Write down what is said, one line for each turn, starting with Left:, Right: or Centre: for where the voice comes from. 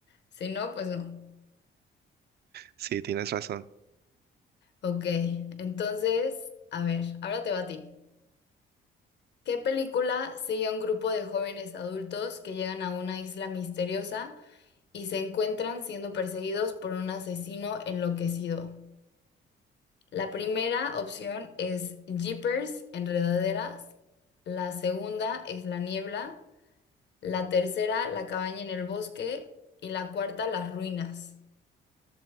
Left: Si no, pues no.
Right: sí, tienes razón.
Left: Ok, entonces, a ver, ahora te va a ti. ¿Qué película sigue a un grupo de jóvenes adultos que llegan a una isla misteriosa y se encuentran siendo perseguidos por un asesino enloquecido? La primera opción es Jeepers, Enredaderas. La segunda es La Niebla. La tercera, La cabaña en el bosque. Y la cuarta, Las ruinas.